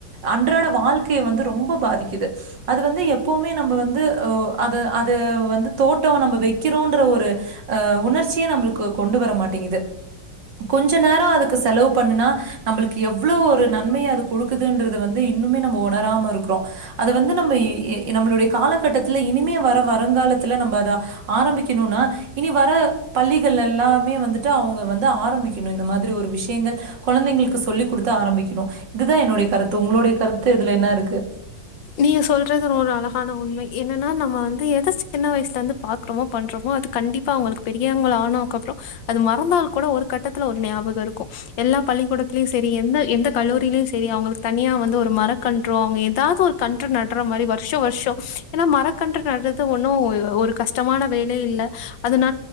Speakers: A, on the right; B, on the left.
A: அன்றாட வாழ்க்கைய வந்து ரொம்ப பாதிக்கிது அது வந்து எப்பவுமே நம்ம வந்து ஒ அது அது வந்து தோட்டோ நம்ம வெக்கிறோன்ற ஒரு அ உணர்ச்சியே நம்மளுக்கு கொண்டு வர மாட்டேங்கிது கொஞ்ச நேரோ அதுக்கு செலவு பண்ணுனா நம்பளுக்கு எவ்வளோ ஒரு நன்மைய அது குடுக்குதுன்றத வந்து இன்னுமே நம்ம உணராம இருக்குறோ அது வந்து நம்ப எ எ நம்பளுடைய காலகட்டத்துல இனிமே வர வருங்காலத்துல நம்ப அதா ஆரம்பிக்கணுனா இனி வர பள்ளிகள்லெல்லாமே வந்துட்டு அவுங்க வந்து ஆரம்பிக்கணு இந்த மாதிரி ஒரு விஷயங்கள் குழந்தைங்களுக்கு சொல்லிக் குடுத்து ஆரம்பிக்கிணு இதுதா என்னுடைய கருத்து உங்களுடைய கருத்து இதுல என்ன இருக்கு
B: நீங்க சொல்றது ஒரு அழகான உண்மை என்னன்னா நம்ம வந்து எத சின்ன வயசுலந்து பா க்கறமோ பண்றமோ அது கண்டிப்பா அவுங்களுக்கு பெரியவங்களா ஆனாக்கப்றோ அது மறந்தால் கூட ஒரு கட்டத்துல ஒரு ஞாபக இருக்கு எல்லா பள்ளிக்கூடத்திலயு செரி எந்த எந்த கல்லூரிலியு செரி அவுங்களுக் தனியா வந்து ஒரு மர க்கன்றோ அவுங்க எதாது ஒரு கன்று நட்ற மாரி வருஷ வருஷோ ஏனா மரக்கன்று நட்றது ஒன்னு ஒ ஒரு கஷ்டமான வேல இல்ல அது ந